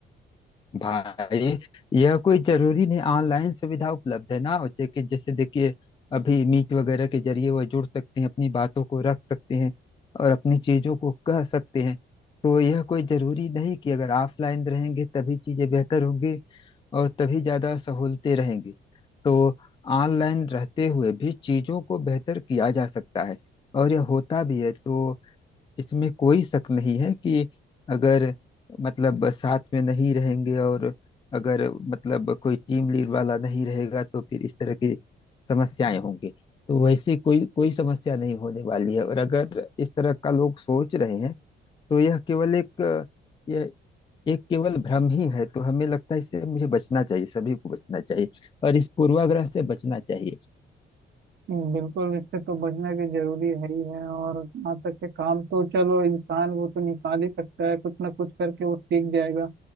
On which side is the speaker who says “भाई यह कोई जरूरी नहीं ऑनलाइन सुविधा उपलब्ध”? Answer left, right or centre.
Left